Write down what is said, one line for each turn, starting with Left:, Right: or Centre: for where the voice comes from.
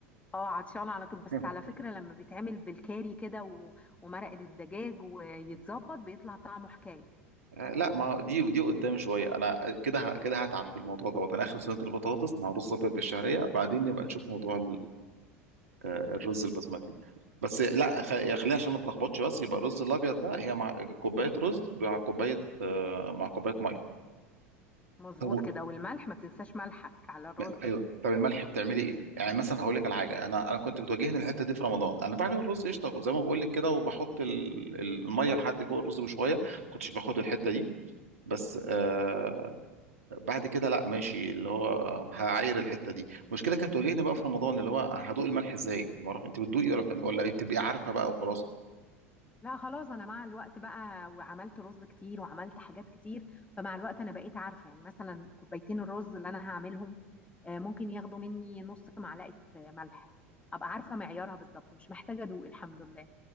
Left: اه عطشانه على طول
Right: <laughs>
Left: بس على فكره لما بيتعمل بالكاري كده و- ومرقه الدجاج ويتظبط بيطلع طعمه حكايه
Right: آه، لا ما دي دي قدام شويه انا كده ه- كده هتعب في الموضوع دوت انا اخر صينيه البطاطس مع رز ابيض بالشعريه بعدين نبقى نشوف موضوع آه، الرز البسمتي بس لا خ- خلينا عشان ما نتلخبطش بس يبقى الرز الابيض ده هي مع كوبايه رز مع كوبايه آه، مع كوبايه ميه
Left: مظبوط
Right: طب
Left: كده والملح ما تنساش ملحك على الرز
Right: ما- ايوه طب الملح بتعملي ايه يعني مثلا هقول لك على حاجه انا انا كنت بتواجهني الحته دي في رمضان انا بعمل الرز قشطه زي ما بقول لك كده وبحط ال- الميه لحد فوق الرز بشويه ما كنتش باخد الحته دي بس آه بعد كده لا ماشي اللي هو هعاير الحته دي المشكله كانت بتواجهني بقى في رمضان اللي هو هدوق الملح ازاي ما اعرف انت بتدوقي ولا بتعمل- ولا إيه؟ بتبقي عارفه بقى وخلاص
Left: لا خلاص انا مع الوقت بقى وعملت رز كتير وعملت حاجات كتير فمع الوقت انا بقيت عارفه يعني مثلا كوبايتين الرز اللي انا هعملهم آه، ممكن ياخدوا مني نص معلقه آه، ملح ابقى عارفه معيارها بالظبط مش محتاجه ادوق الحمد لله